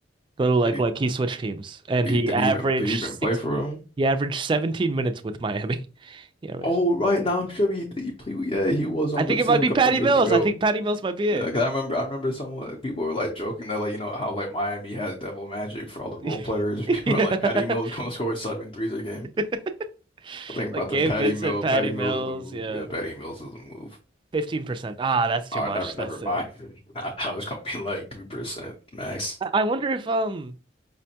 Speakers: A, on the right; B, on the left.
A: Go to like
B: Did he,
A: like he switched teams and
B: he
A: he
B: did
A: averaged
B: he even did he even
A: six
B: play for him?
A: he averaged 17 minutes with Miami. <laughs> He averaged
B: Oh, right now I'm sure he he played. Yeah, he was
A: I
B: on
A: think
B: the team
A: it might be
B: a couple
A: Patty
B: years
A: Mills.
B: ago.
A: I think Patty Mills might be
B: Yeah,
A: it.
B: 'cause I remember, I remember someone, people were like joking that like you know how like Miami has devil magic for all the
A: <laughs>
B: role players. <laughs> People
A: Yeah.
B: are like Patty Mills gonna score seven threes a game.
A: <laughs>
B: I think
A: Like
B: about
A: Gabe
B: them. Patty
A: Vincent,
B: Mills,
A: Patty
B: Patty
A: Mills,
B: Mills is the move.
A: yeah.
B: Yeah, Patty Mills is the move.
A: 15%. Ah, that's too
B: Oh,
A: much.
B: never, never
A: That's
B: mind.
A: it.
B: <laughs> I thought it was gonna be like three percent max.
A: I I wonder if um